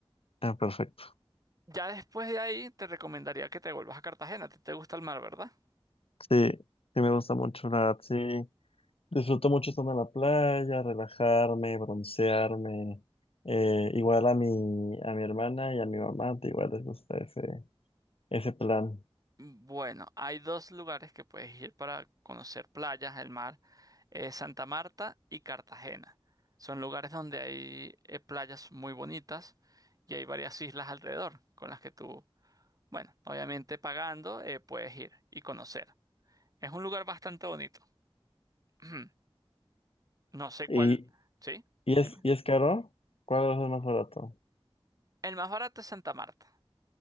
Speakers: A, on the left; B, on the right.
A: Ah, perfecto.
B: Ya después de ahí te recomendaría que te vuelvas a Cartagena, a ti te gusta el mar, ¿verdad?
A: Sí, sí me gusta mucho, la verdad, sí. Disfruto mucho estar en la playa, relajarme, broncearme. Eh, igual a mi, a mi hermana y a mi mamá, te igual les gusta ese, ese plan.
B: Bueno, hay dos lugares que puedes ir para conocer playas, el mar. eh, Santa Marta y Cartagena. Son lugares donde hay eh, playas muy bonitas y hay varias islas alrededor con las que tú, bueno, obviamente pagando, eh, puedes ir y conocer. Es un lugar bastante bonito. <clears throat> No sé
A: ¿Y,
B: cuál, ¿sí?
A: y
B: Dime.
A: es, y es caro? ¿Cuál es el más barato?
B: El más barato es Santa Marta.